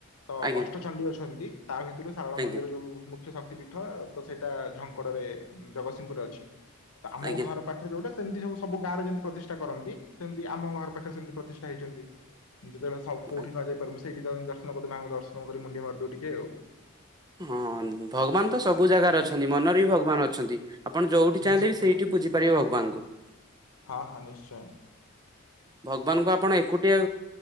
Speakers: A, on the left; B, on the right.
A: ତ
B: ଆଜ୍ଞା
A: ଅଷ୍ଟ ଚଣ୍ଡୀ ଅଛନ୍ତି ତା ଭିତରୁ ଶାରଳା
B: ଆଜ୍ଞା
A: ମନ୍ଦିର ଯୋଉ ମୁ ଖ୍ୟା ଶକ୍ତି ପୀଠ ତ ସେଇଟା ଝଙ୍କଡରେ ଜଗତସିଂହପୁରେ ଅଛି ତ ଆମ
B: ଆଜ୍ଞା
A: ଘର ପାଖ ଯଉଟା ସେମିତି ସବୁ ସବୁ ଗାଁରେ ଯେମିତି ପ୍ରତିଷ୍ଠା କରନ୍ତି ସେମିତି ଆମ ଘର ପାଖରେ ସେମିତି ପ୍ରତିଷ୍ଠା ହେଇଛନ୍ତି। ଯେତେବେଳେ ସବ ପୁରୀ
B: ଆ-
A: ନ ଯାଇ ପାରିବୁ ମୁ ସେଇଠି ଦ ଦର୍ଶନ କରିଦେ ମାଆଙ୍କୁ ଦର୍ଶନ କରି ମୁଣ୍ଡିଆ ମାରିଦଉ ଟିକେ ଆଉ।
B: ହଁ ଭଗବାନ ତ ସବୁ ଜାଗାରେ ଅଛନ୍ତି ମନରେ ବି ଭଗବାନ ଅଛନ୍ତି। ଆପଣ ଯୋଉଠି
A: ନିଶ୍ଚୟ
B: ଚାହିଁଲେ ବି ସେଇଠି ପୂଜିପାରିବେ ଭଗବାନଙ୍କୁ।
A: ହଁ ହଁ ନିଶ୍ଚୟ।
B: ଭଗବାନଙ୍କୁ ଆପଣ ଏକୁଟିଆ